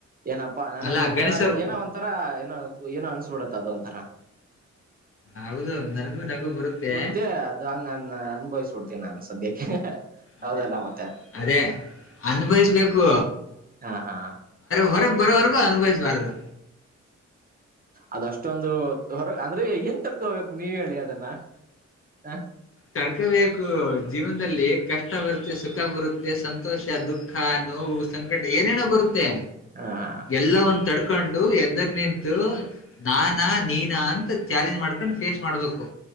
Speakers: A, on the right (about 30°); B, on the left (about 45°).
A: ಏನಪ್ಪಾ ನನಗ
B: ಅಲ್ಲ
A: ಒಂಥರ
B: ಗಣೇಶರು
A: ಏನೋ ಒಂಥರಾ ಏನೋ ಏನೋ ಅನ್ಸ ಬಿಡತ್ತ ಅದ ಒಂಥರ
B: ಹೌದು ನನ್ಗು ನಗು ಬರುತ್ತೆ
A: ಮತ್ತೆ ಅದು ಹಂಗ ಅನ್ಭವಿಸಬಿಡ್ತೀನಿ ನಾನ ಸದ್ಯಕ್ಕೆ ಹೌದಲ್ಲ
B: ಅದೇ
A: ಮತ್ತೆ
B: ಅದೇ ಅನ್ಭವಿಸ್ಬೇಕು
A: ಹಾ ಹಾ
B: <unintelligible> ಬರೋವರ್ಗು ಅನುಭವಿಸಬಾರದು
A: ಅದಷ್ಟೊಂದು ಹೊರ ಅಂದ್ರೆ ಹೆಂಗ ತಡ್ಕೊಬೇಕು ನೀವ ಹೇಳಿ ಅದನ್ನ ಹ
B: ತಡರ್ಕೋಬೇಕು ಜೀವನದಲ್ಲಿ ಕಷ್ಟ ಬರುತ್ತೆ ಸುಖ ಬರುತ್ತೆ ಸಂತೋಷ ದುಃಖ ನೋವು ಸಂಕಟ ಏನೇನೋ ಬರುತ್ತೆ
A: ಹಾ
B: ಎಲ್ಲ ಒಂದು ತರ್ ಕೊಂಡು ಎದ್ದರ್ ನಿಂತು ನಾನಾ ನೀನಾ ಅಂತ ಚಾಲೆಂಜ್ ಮಾಡ್ಕೊಂಡ್ ಫೇಸ್ ಮಾಡ್ಬೇಕು